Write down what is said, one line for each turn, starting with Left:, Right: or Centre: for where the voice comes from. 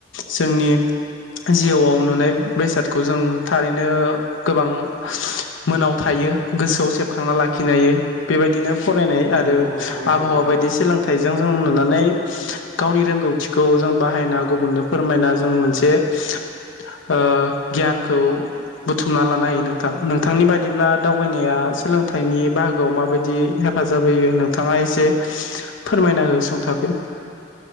Left: जोंनि। जिउआव नुनाय बेसादखौ जों थारैनो गोबां मोनाव थायो गोसोआव सेबखांना लाखिनो हायो बेबायदिनो। फरायनाय आरो
Right: नंगौ थारैनो
Left: आबहावा
Right: नोंथां
Left: बायदि सोलोंथाइ। जों जों नुनानै गावनि रोंगौथिखौ जों बाहायना गुबुननो फोरमायना जों मोनसे। ओ गियानखौ बु थुमना लानो हायो नोंथां नोंथांनि बायद दिब्ला दावबायनाया सोलोंथाइनि बाहागोआव माबायदियै हेफाजाब होयो नोंथाङा एसे फोरमायना हो सुंथाबै।